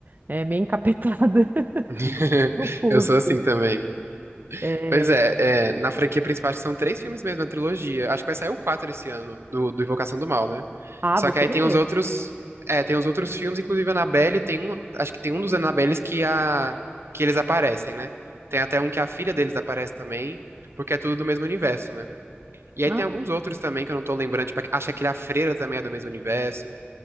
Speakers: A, on the right; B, on the right.
A: é, meio encapetada. <laughs>
B: <laughs>
A: Eu curto.
B: Eu sou assim também.
A: É...
B: Pois é, é, na franquia principal acho que são três filmes mesmo, a trilogia. Acho que vai sair o 4 esse ano, do, do Invocação do Mal, né?
A: Ah,
B: Só
A: vou
B: que
A: querer
B: aí tem
A: ver.
B: os outros. É, tem os outros filmes, inclusive Annabelle, tem um. Acho que tem um dos Annabelles que a. que eles aparecem, né? Tem até um que a filha deles aparece também, porque é tudo do mesmo universo, né? E
A: Ah,
B: aí tem alguns outros também que eu não tô lembrando, tipo, acho que aquele A Freira também é do mesmo universo.